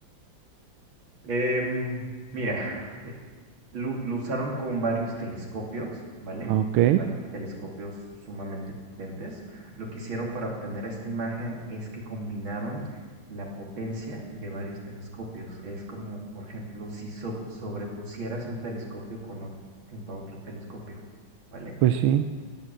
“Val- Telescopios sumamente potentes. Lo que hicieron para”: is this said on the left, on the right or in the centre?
Right